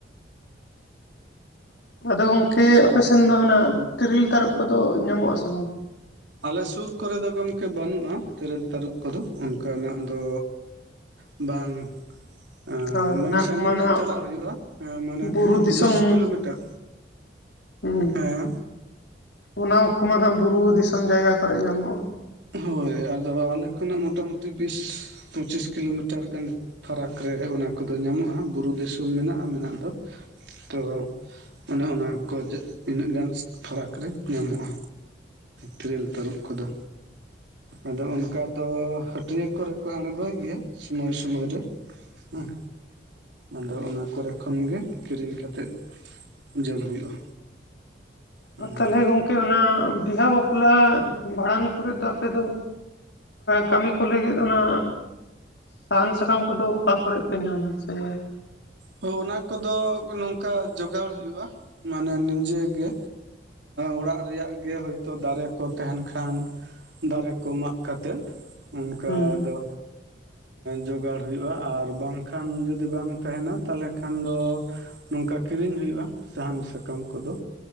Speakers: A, on the left (about 75°); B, on the right (about 75°).
A: ᱟᱫᱚ ᱜᱚᱢᱠᱮ ᱟᱯᱮᱥᱮᱱ ᱫᱚ ᱚᱱᱟ ᱛᱤᱨᱤᱞ ᱛᱟᱨᱚᱯ ᱠᱚᱫᱚ ᱧᱟᱢᱚᱜ-ᱟ ᱥᱮ ᱵᱟᱝ?
B: ᱟᱞᱮ ᱥᱩᱨ ᱠᱚᱨᱮ ᱫᱚ ᱜᱚᱢᱠᱮ ᱵᱟᱹᱱᱩᱜᱼᱟ ᱛᱤᱨᱤᱞ ᱛᱟᱨᱚᱵ ᱠᱚᱫᱚ ᱚᱱᱠᱟᱱᱟᱜ ᱫᱚ, ᱵᱟᱝ? ᱮ
A: ᱦᱳᱭ
B: ᱢᱟᱱᱮ
A: ᱚᱱᱟ
B: ᱥᱟᱺᱜᱤᱧ
A: ᱠᱚᱢᱟ ᱱᱟᱦᱟᱜ
B: ᱧᱚᱜ ᱪᱟᱞᱟᱜ ᱦᱩᱭᱩᱜᱼᱟ ᱢᱟᱱᱮ
A: ᱵᱩᱨᱩ ᱫᱤᱥᱚᱢ
B: ᱵᱤᱥ ᱠᱤᱞᱳᱢᱤᱴᱟᱨ᱾
A: ᱦᱩᱸ
B: ᱦᱮᱸ,
A: ᱚᱱᱟ ᱠᱚᱢᱟ ᱱᱟᱦᱟᱜ ᱵᱩᱨᱩ ᱫᱤᱥᱚᱢ ᱡᱟᱭᱜᱟ ᱠᱚᱨᱮ ᱧᱟᱢᱚᱜᱼᱟ᱾
B: ᱦᱳᱭ ᱟᱫᱚ ᱟᱞᱮ ᱠᱷᱚᱱᱟᱜ ᱢᱚᱴᱟ ᱢᱩᱴᱤ ᱵᱤᱥ ᱯᱚᱸᱪᱤᱥ ᱠᱤᱞᱳᱢᱤᱴᱟᱨ ᱜᱟᱱ᱾ ᱯᱷᱟᱨᱟᱠ ᱨᱮ ᱚᱱᱟ ᱠᱚᱫᱚ ᱧᱟᱢᱚᱜᱼᱟ ᱵᱩᱨᱩ ᱫᱤᱥᱚᱢ ᱢᱮᱱᱟᱜᱼᱟ ᱢᱮᱱᱟᱜ ᱫᱚ ᱛᱚ, ᱚᱱᱮ ᱚᱱᱟ ᱠᱚ ᱤᱱᱟᱹᱜ ᱜᱟᱱ ᱯᱷᱟᱨᱟᱠ ᱨᱮ ᱧᱟᱢᱚᱜᱼᱟ᱾ ᱛᱤᱨᱤᱞ ᱛᱟᱨᱟᱵ ᱠᱚᱫᱚ᱾ ᱟᱫᱚ ᱚᱱᱠᱟ ᱫᱚ ᱦᱟᱹᱴᱤᱭᱟᱹ ᱠᱚᱨᱮ ᱠᱚ ᱟᱬᱜᱳᱭ ᱜᱮᱭᱟ ᱥᱳᱢᱚᱞᱳᱭ ᱥᱳᱢᱳᱭ ᱨᱮ᱾ ᱦᱩᱸ, ᱟᱫᱚ ᱚᱱᱟ ᱠᱚᱨᱮ ᱠᱷᱚᱱ ᱜᱮ ᱠᱤᱨᱤᱧ ᱠᱟᱛᱮᱫ ᱡᱚᱢ ᱦᱩᱭᱩᱜᱼᱟ᱾ ᱦᱩᱸ
A: ᱟᱨ ᱛᱟᱦᱚᱞᱮ ᱜᱚᱢᱠᱮ ᱚᱱᱟ ᱵᱤᱦᱟᱹ ᱵᱟᱯᱞᱟ ᱵᱷᱟᱸᱰᱟᱱ ᱠᱚᱨᱮᱫ ᱫᱚ ᱟᱯᱮ ᱫᱚ, ᱠᱟᱹᱢᱤ ᱠᱚ ᱞᱟᱹᱜᱤᱫ ᱚᱱᱟ, ᱥᱟᱦᱟᱱ ᱥᱟᱠᱟᱢ ᱠᱚᱫᱚ ᱚᱠᱟ ᱠᱚᱨᱮᱜ ᱯᱮ ᱧᱟᱢᱟ ᱥᱮ?
B: ᱦᱳᱭ ᱚᱱᱟ ᱠᱚᱫᱚ ᱱᱚᱝᱠᱟ ᱡᱚᱜᱟᱲ ᱦᱩᱭᱩᱜᱼᱟ ᱢᱟᱱᱮ ᱱᱤᱡᱮ ᱜᱮ᱾ ᱚᱲᱟᱜ ᱨᱮᱭᱟᱜ ᱜᱮ ᱦᱳᱭ ᱛᱳ ᱫᱟᱨᱮ ᱠᱚ ᱛᱟᱦᱮᱸᱱ ᱠᱷᱟᱱ ᱫᱟᱨᱮ ᱠᱚ ᱢᱟᱜ ᱠᱟᱛᱮᱫ, ᱚᱱᱠᱟ
A: ᱦᱩᱸ
B: ᱫᱚ ᱡᱚᱜᱟᱲ ᱦᱩᱭᱩᱜᱼᱟ ᱟᱨ ᱵᱟᱝ ᱠᱷᱟᱱ ᱡᱩᱫᱤ ᱵᱟᱝ ᱛᱟᱦᱮᱱᱟ᱾ ᱛᱟᱦᱚᱞᱮ ᱠᱷᱟᱱ ᱫᱚ ᱱᱚᱝᱠᱟ ᱠᱤᱨᱤᱧ ᱦᱩᱭᱩᱜ-ᱟ, ᱥᱟᱦᱟᱱ ᱥᱟᱠᱟᱢ ᱠᱚ ᱫᱚ᱾